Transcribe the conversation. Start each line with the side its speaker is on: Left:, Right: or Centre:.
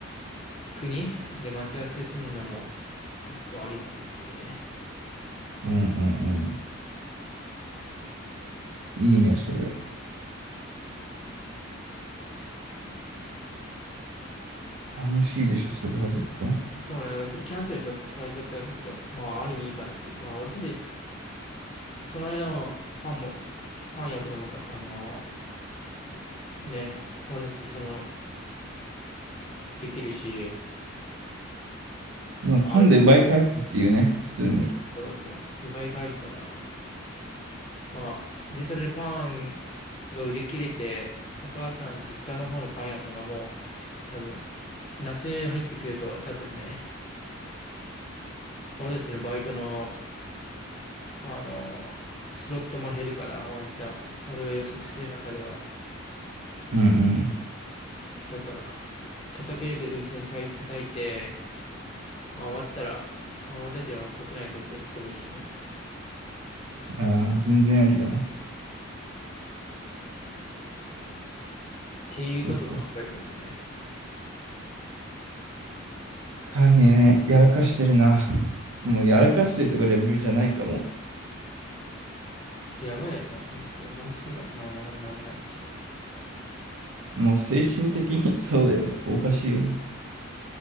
Left: 国で待ち合わせするのも結構ありかなっていうね。
Right: うんうんうん。いいね、それ。楽しいでしょ、それは絶対。
Left: そうね、なんかちょっとキャンセルしちゃった、されちゃったらちょっと、まあある意味いいかなっていう。まあ俺たち、その間もパンも、パン焼くのもか、あのーすね、俺たちその、できるし、
Right: 今、
Left: まあある、
Right: パンで奪い返すっていうね、普通に。
Left: そうそう、奪い返すから。まあ、で、それでパンが売り切れて、お母さん実家の方のパン屋さんがもう、多分、夏入ってくると多分ね、俺たちのバイトのあの、スロットも減るから、ワンチャン。俺が予測する中では。
Right: うんうん。
Left: だから、叩けるといううちに叩い叩いて、まあ、終わったら、まあ、俺たちは国内どっか行ってもいいしね、みたいな。っ
Right: ああ、全然ありだね。
Left: ていうことを考えたりね。
Right: そっか。カーニね、やらかしてるな。もうやらかしてるとかレベルじゃないかも。
Left: やばいやろ、もう本当に話がなら、ならないっていうか。
Right: もう精神的に <laughs> そうだよね。おかしいよな。